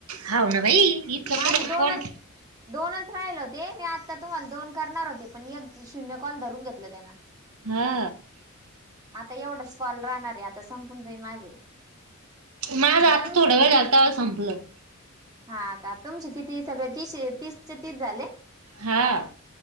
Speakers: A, on the right; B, on the right.
A: हा, हो. ना बाई इतकं
B: माझे
A: कुठं
B: दोनच,
A: कोण
B: दोनच राहिल होत ते मी आता तुम्हाला दोन करणार होते, पण एक शून्य कॉल धरून घेतलं त्यांन
A: हा.
B: एवढंच कॉल राहणारेए आता संपून जाईन माझे,
A: माझं
B: <unintelligible>
A: आता थोडा वेळ झाला तवा संपलं
B: हा का? तुमची किती सगळे तीस तीसचे तीस झाले?
A: हा आ.